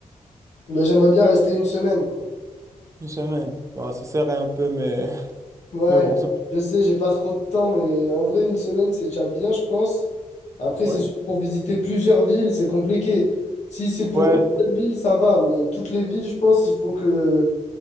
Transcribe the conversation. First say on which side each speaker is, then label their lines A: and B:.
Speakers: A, on the left; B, on the right.
A: Bah, j'aimerais bien rester une semaine, quoi.
B: Une semaine. Bah, c'est serré un peu, mais,
A: Ouais,
B: mais bon, c'est.
A: je sais, j'ai pas trop de temps, mais en vrai, une semaine, c'est déjà bien, je pense. Après, c'est
B: Ouais.
A: sûr, pour visiter plusieurs villes, c'est compliqué. Si c'est pour
B: Ouais,
A: une seule ville, ça va, mais toutes les villes, je pense, il faut que,